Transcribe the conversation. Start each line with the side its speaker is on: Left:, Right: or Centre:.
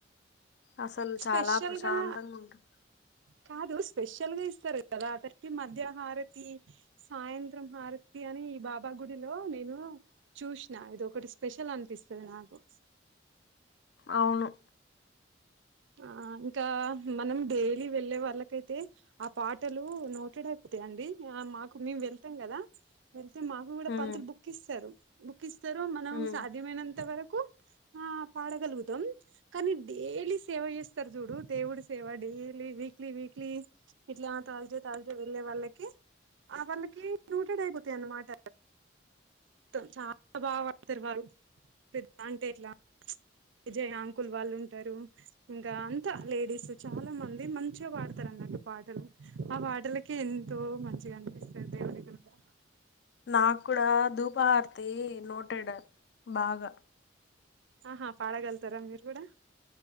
Left: అసలు
Right: స్పెషల్గా
Left: చాలా ప్రశాంతంగా ఉంటుంది
Right: కాదు స్పెషల్ గా ఇస్తారు కదా అతనికి మధ్యా హారతి సాయంత్రం హారతి అని ఈ బాబా గుడిలో నేను చూసిన ఇది ఒకటి స్పెషల్ అనిపిస్తది నాకు
Left: అవును
Right: ఆ ఇంకా మనం డైలీ వెళ్ళే వాళ్ళకైతే ఆ పాటలు నోటెడ్ అయిపోతాయండి ఆ మాకు మేము వెళ్తాం కదా వెళ్తే మాకు కూడా
Left: ఉమ్,
Right: పంతులు బుక్ ఇస్తారు బుక్ ఇస్తారు మనం
Left: ఉమ్.
Right: సా ధ్యమైనంత వరకు ఆ పాడగలుగుతం కానీ డేలిస్ సేవ చేస్తరు జూడు దేవుడి సేవ డైలీ వీక్లీ వీక్లీ ఇట్లా ఆ తాజడే తాజడే వెళ్ళే వాళ్ళకి ఆ వాళ్ళకి నోటడయిపోతయ్ అనమాట మొత్తం చాలా బాగా పాడతారు వారు పె అంటే ఇట్లా ప్చ్ విజయ అంకుల్ వాళ్ళు ఉంటారు ఇంకా అంతా లేడీస్ చాలా మంది మంచిగా పాడతారు అన్నట్టు పాటలు ఆ మాటలకి ఎంతో మంచిగా అనిపిస్తది దేవుడి గుడిల
Left: నాకూడ ధూపార్తె నోటెడ్ బాగా
Right: ఆహా పాడగల్తరా మీరు గూడా